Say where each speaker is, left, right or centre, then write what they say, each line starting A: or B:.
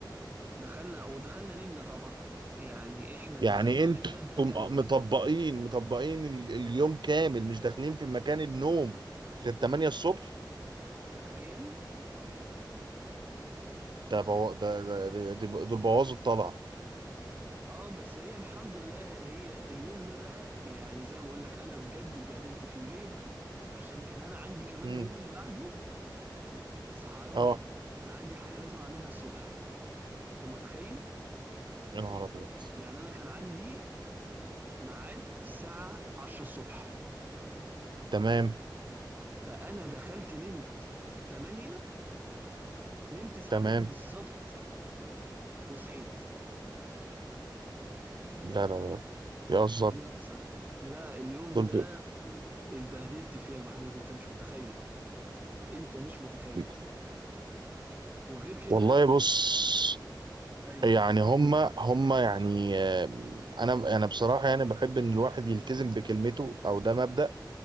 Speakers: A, on the right (about 25°); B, on the right (about 70°).
A: دخلنا ودخلنا نمنا طبعا يعني احنا
B: يعني
A: دخلنا
B: انتم
A: نمنا اتقتلنا
B: آه، مطبقين مطبقين ال- اليوم كامل مش داخلين في مكان النوم غير 8 الصبح
A: تخيل
B: ده بو... ده ده ده- ده دول بوظوا الطلعة
A: اه بس هي الحمد لله هي اليوم ده بقى يعني زي ما بقول لك انا بجد اتبهدلت فيه ليه؟ عشان كان انا عندي كمان
B: امم
A: اليوم اللي بعده صحيان
B: اه
A: بدري كان عندي حاجة لازم اعملها الصبح انت متخيل؟
B: يا نهار ابيض
A: يعني انا كان عندي ميعاد الساعه 10 الصبح
B: تمام
A: فانا دخلت نمت 8 نمت ساعتين
B: تمام
A: بالظبط وصحيت
B: لا لا لا يهزر
A: فضلت صاحي لا اليوم
B: دول
A: ده اتبهدلت فيه يا محمود انت مش متخيل انت مش متخيل
B: بي...
A: وغير كده
B: والله بص
A: ايوه
B: يعني هما هما يعني آه، انا انا بصراحه يعني بحب ان الواحد يلتزم بكلمته او ده مبدأ